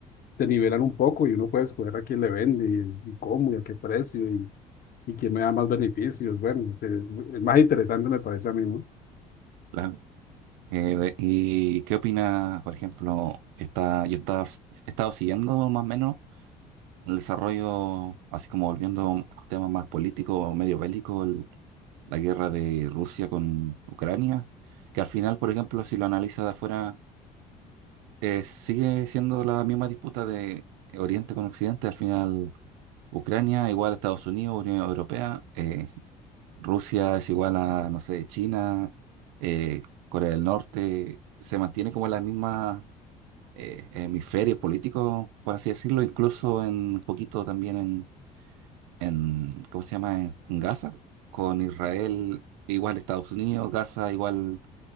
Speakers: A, on the left; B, on the right.
A: se nivelan un poco y uno puede escoger a quién le vende y, y cómo y a qué precio y, y quién me da más beneficios. Bueno, es, es más interesante me parece a mí, ¿no?
B: Claro. Eh, de- ¿y qué opina, por ejemplo, está, yo estaba, he estado siguiendo más o menos el desarrollo, así como volviendo a temas más políticos o medio bélicos, el- la guerra de Rusia con Ucrania, que al final, por ejemplo, si lo analizas de afuera, eh, sigue siendo la misma disputa de Oriente con Occidente. Al final, Ucrania igual a Estados Unidos, Unión Europea, eh, Rusia es igual a, no sé, China, eh, Corea del Norte, se mantiene como la misma... eh, hemisferios políticos, por así decirlo, incluso en un poquito también en, ¿cómo se llama? En, en Gaza, con Israel igual Estados Unidos, Gaza igual